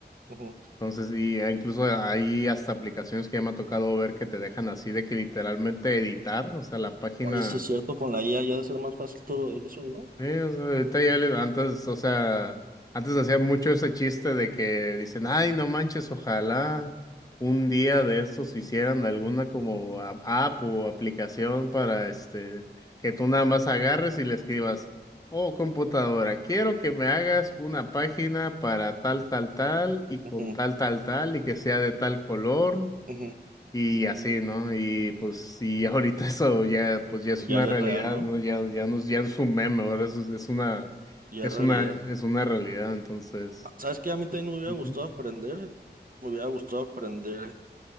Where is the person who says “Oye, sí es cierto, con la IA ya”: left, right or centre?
Right